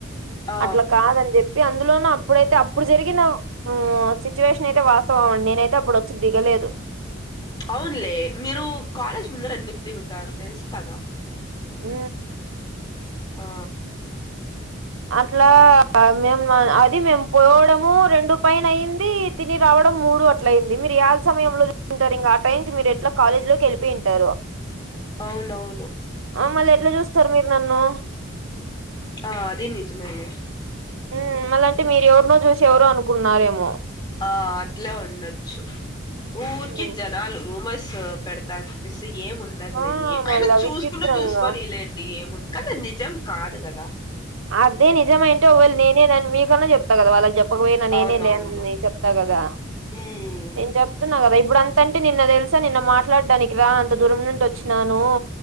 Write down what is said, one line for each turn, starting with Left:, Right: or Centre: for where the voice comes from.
Left: ఆ
Right: అట్ల కాదని చెప్ ప్పి అందులోన అప్పుడైతే అప్పుడు జరిగిన ఊ సిచ్యువేషన్ అయితే వాస్తవం అండి నేనైతే అప్పుడు వచ్చి దిగలేదు
Left: అవున్లే మీరు కాలేజ్ ముందర ఎందుక్ దిగుతారు తెలుసు కదా
Right: ఊ
Left: ఆ
Right: అట్లా మేము అది మేము పోవడము రెండు పైన అయింది తిని రావడం మూడు అట్ల అయింది మీరు ఏళ సమయంలో తింటారు ఇంకా ఆ టైం కి మీరు ఎట్ల కాలేజీ లోకి వెలిపోయింటరు
Left: అవునవును
Right: అ మళ్ళ ఎట్ల చూస్తారు మీరు నన్ను
Left: ఆ అది నిజమేలే
Right: ఉ మళ్ళ అంటే మీరు ఎవరినో చూసి ఎవరో అనుకున్నారేమో
Left: ఆ అట్లా ఉండొచ్చు ఊరికి
Right: ఉమ్.
Left: జనాలు రూమర్స్ పెడతారు చెప్పేసి ఏం ము అన్నదిలే
Right: ఆ
Left: ఏం అయినా
Right: మళ్ళా
Left: చూసుకున్నా
Right: విచిత్రంగా
Left: చూసుకోనిలేండి ఏముంది కానీ అది నిజం కాదు కదా
Right: అదే నిజమయింటె ఒకవేళ నేనే దాన్ని మీకన్నా చెప్తా కదా వాళ్ళకి చెప్ ఒక పోయినా నేనే
Left: అవునవును
Right: లే అని చెప్తా కదా
Left: మ్మ్
Right: నేను చెప్తున్నా కదా ఇప్పుడు అంతంటే నిన్నది దెల్ స నిన్న మాట్లాడడానికి రా అంత దూరం నుండి వచ్చినాను